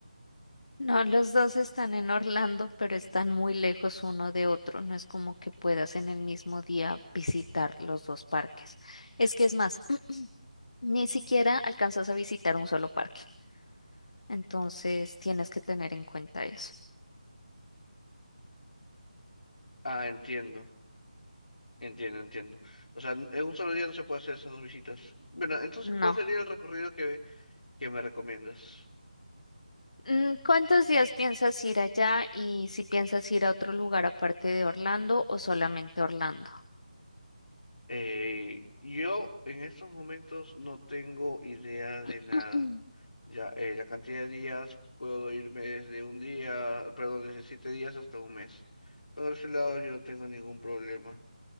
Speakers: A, on the left (about 55°); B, on the left (about 75°).
A: no, los dos están en Orlando, pero están muy lejos uno de otro. No es como que puedas en el mismo día visitar los dos parques. Es que es más, <clears throat> ni siquiera alcanzas a visitar un solo parque. Entonces tienes que tener en cuenta eso.
B: Ah, entiendo. Entiendo, entiendo. O sea, en un solo día no se puede hacer esas dos visitas. Bueno, entonces,
A: No.
B: ¿cuál sería el recorrido que, que me recomiendas?
A: Mm, ¿Cuántos días piensas ir allá y si piensas ir a otro lugar aparte de Orlando o solamente Orlando?
B: Eh, yo en estos momentos no tengo idea de
A: <clears throat>
B: nada. Ya, eh, la cantidad de días puedo irme desde un día, perdón, desde siete días hasta un mes. Por ese lado yo no tengo ningún problema.